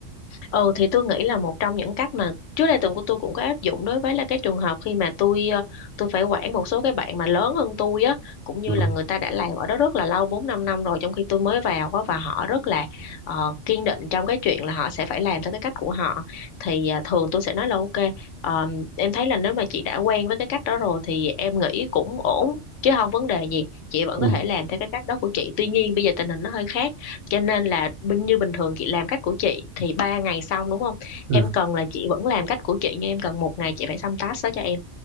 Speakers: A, on the left (about 80°); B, on the right (about 75°).
A: Ừ thì tôi nghĩ là một trong những cách mà trước đây tuần của tôi cũng có áp dụng đối với là cái trường hợp khi mà tôi ờ, tôi phải quản một số cái bạn mà lớn hơn tôi á cũng như
B: ừ.
A: là người ta đã làm ở đó rất là lâu 4 5 năm rồi trong khi tôi mới vào á và họ rất là ờ, kiên định trong cái chuyện là họ sẽ phải làm theo cái cách của họ thì ờ, thường tôi sẽ nói là ok ờ, em thấy là nếu mà chị đã quen với cái cách đó rồi thì em nghĩ cũng ổn chứ không vấn đề gì chị vẫn
B: ừ
A: có thể làm theo cái cách đó của chị tuy nhiên bây giờ tình hình nó hơi khác cho nên là bình- như bình thường chị làm cách của chị thì ba ngày xong đúng không
B: ừ
A: em cần là chị vẫn làm cách của chị nhưng em cần một ngày chị phải xong task đó cho em